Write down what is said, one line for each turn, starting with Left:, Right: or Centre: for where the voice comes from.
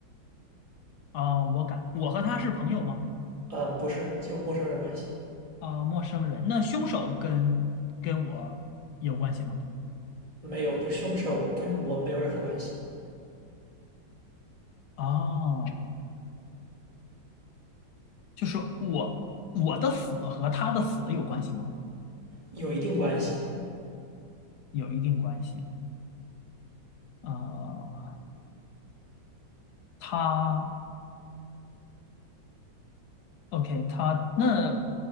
Left: 啊、我敢。我和他是朋友吗？
Right: 嗯，不是，就陌生人关系，
Left: 啊、陌生人。那凶手跟跟我有关系吗？
Right: 没有，就凶手跟我没有任何关系，
Left: 哦，就是我我的死和他的死有关系吗？
Right: 有一定关系，
Left: 有一定关系。呃，他 OK，他那